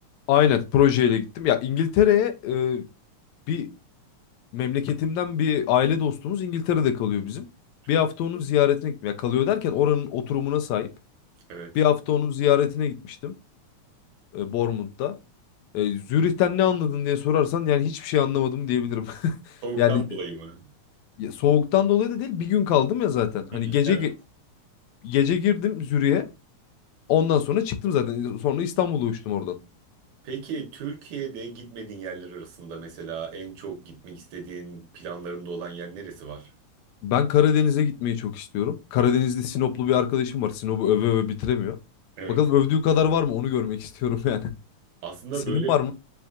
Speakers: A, on the left (about 75°); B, on the right (about 75°).
A: Aynen projeyle gittim. Ya İngiltere'ye e, bir memleketimden bir aile dostumuz İngiltere'de kalıyor bizim.
B: Çok
A: Bir hafta onun ziyaretine gitmeye kalıyor derken oranın oturumuna sahip.
B: evet.
A: Bir hafta onun ziyaretine gitmiştim e, Bournemouth'ta. E, Zürih'ten ne anladın diye sorarsan yani hiçbir şey anlamadım diyebilirim. <laughs>
B: Soğuktan
A: Yani
B: dolayı mı?
A: e, soğuktan dolayı da değil bir gün kaldım ya zaten. Hani
B: Hı,
A: gece
B: evet.
A: ge- gece girdim Zürih'e. Ondan sonra çıktım zaten. Sonra İstanbul'a uçtum oradan.
B: Peki Türkiye'de gitmediğin yerler arasında mesela en çok gitmek istediğin planlarında olan yer neresi var?
A: Ben Karadeniz'e gitmeyi çok istiyorum. Karadeniz'de Sinoplu bir arkadaşım var. Sinop'u öve öve bitiremiyor.
B: Evet.
A: Bakalım övdüğü kadar var mı onu görmek <laughs> istiyorum yani.
B: Aslında
A: Senin
B: böyle
A: var mı?